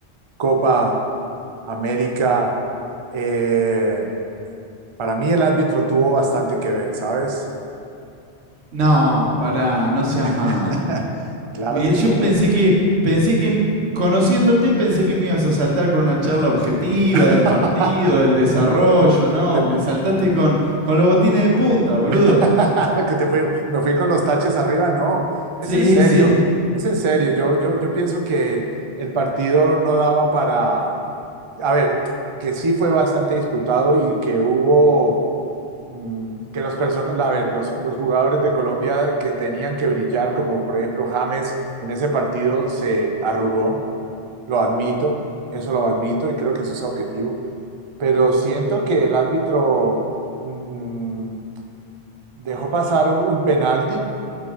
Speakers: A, on the right (about 45°); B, on the right (about 75°).
A: Copa América, eh, para mí el árbitro tuvo bastante que ver, ¿sabes?
B: No, pará, no seas malo.
A: <laughs> Claro
B: Me-
A: que sí.
B: yo pensé que, pensé que, conociéndote, pensé que me ibas a saltar con una charla objetiva
A: <laughs>
B: del partido, del desarrollo, ¿no?
A: Te-
B: Me saltaste con, con los botines de punta, boludo.
A: <laughs> que te fui- me fui con los taches arriba, no, es
B: Sí,
A: en serio,
B: sí.
A: es en serio. Yo, yo, yo pienso que el partido no daba para, a ver, que sí fue bastante disputado y que hubo mm, que las personas, a ver, los, los jugadores de Colombia que tenían que brillar, como por ejemplo James, en ese partido se arrugó, lo admito, eso lo admito y creo que eso es objetivo, pero siento que el árbitro mm, dejó pasar un penalti,